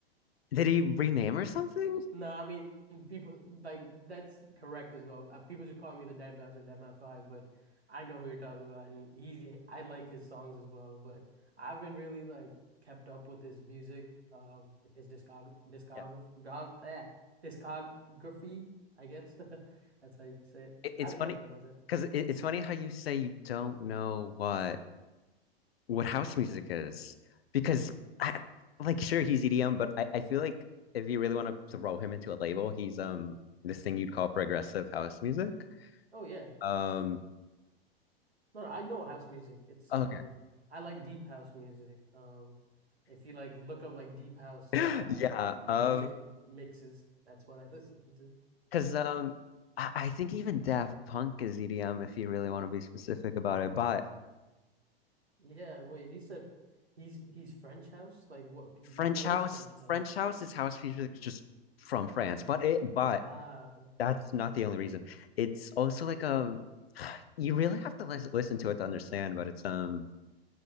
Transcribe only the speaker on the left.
did he rename or something?
Yeah.
It, it's
funny
because it, it's funny how you say you don't know what what house music is because I, like sure he's EDM, but I, I feel like if you really want to throw him into a label, he's um this thing you'd call progressive house music.
Um
okay.
<laughs>
Yeah.
Um
because um I, I think even Daft Punk is EDM if you really want to be specific about it. But
French
house
French house is house music just from France, but it but
That's
not the only reason. It's also like um, <sighs> you really have to lis listen to it to understand, but it's um,